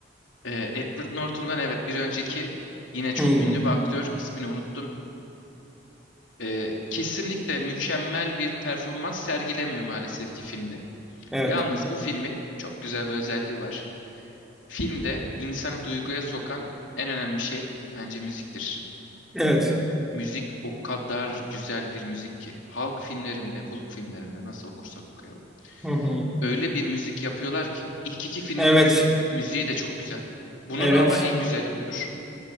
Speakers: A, on the left; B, in the centre.
A: Ee, Edward Norton'dan evet bir önceki yine çok
B: Hmm.
A: ünlü bir aktör. ismini unuttum. Ee, kesinlikle mükemmel bir performans sergilemiyor maalesef ki filmde.
B: Evet.
A: Yalnız bu filmin çok güzel bir özelliği var. Filmde insanı duyguya sokan en önemli şey bence müziktir.
B: Evet.
A: Müzik o kadar güzel bir müzik ki. Halk filmlerinde, Hulk filmlerinde nasıl okursak okuyalım.
B: Hı hı.
A: öyle bir müzik yapıyorlar ki. İlk iki filminin
B: Evet.
A: güz- müziği de çok güzel. Bunun
B: Evet.
A: ama en güzeli budur.